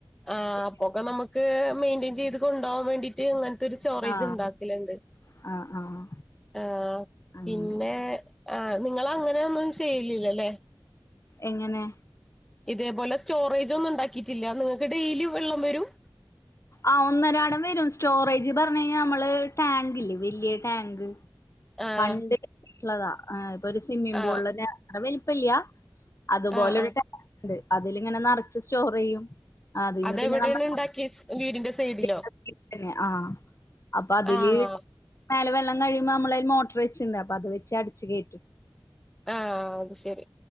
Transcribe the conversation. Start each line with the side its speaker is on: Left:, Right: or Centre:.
Centre: ആഹ്
Left: ശരി
Centre: അപ്പൊക്കെ നമുക്ക് മെയിന്റെയിൻ ചെയ്ത് കൊണ്ടപോകവാൻ വേണ്ടി റ്റ് അങ്ങനത്തെ ഒരു സ്റ്റോറേജ്
Left: ആഹ്
Centre: ഉണ്ടാക്കലുണ്ട്
Left: ആഹ് ആഹ്
Centre: ആഹ്പിന്നെ
Left: അങ്ങനെ
Centre: ആ നിങ്ങൾ അങ്ങനെൊന്നും ചെയ്ലില്ലല്ലേ
Left: എങ്ങനെ
Centre: ഇതേപോലെ സ്റ്റോറേജ ഒന്നും ഉണ്ടാക്കിയിട്ടില്ല നിങ്ങൾക്ക് ഡെയിലി വെള്ളം വരും
Left: ആഹ് ഒന്നരടം വരും സ്റ്റോറേജ് പറഞ്ഞു കഴിഞ്ഞാൽ നമ്മള് ടാങ്ക് ഇല്ലേ വലിയ ടാങ്ക്
Centre: ആഹ്
Left: പണ്ട്ള്ളതാ ഇപ്പൊ ഒരു സ്വിമ്മിംഗ
Centre: ആഹ്
Left: പൂളറെ വലിപ്പല്ലയാ അതുപോലെരു
Centre: ആഹ് ആഹ്
Left: ടാങ്ക് അതിലിങ്ങനെ നിറച്ച് സ്റ്റോർ ചെയ്യും ആഹ് അതന്ന്
Centre: അതെവിടെയാണ്
Left: പിന്നെ നമ്മ
Centre: ഉണ്ടാക്കിയെ വീടിന്റെ സൈഡിലോ
Left: <inaudible> ആ അപ്പൊ അതില്
Centre: ആഹ്
Left: മേലെ വെള്ളം കഴിയുമ്പോൾ നമ്മളൾ മോട്ടർ വെച്ചുണ്ട് അപ്പൊ അത് വെച്ച് അടച്ച് കയറ്റും
Centre: ആഹ് അത് ശെരി